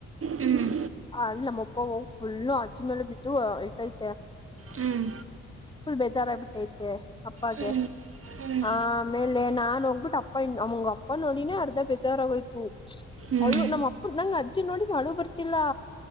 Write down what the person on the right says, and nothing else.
ಹ್ಮ್
ಹ್ಮ್
ಹ್ಮ್ ಹ್ಮ್
ಹ್ಮ್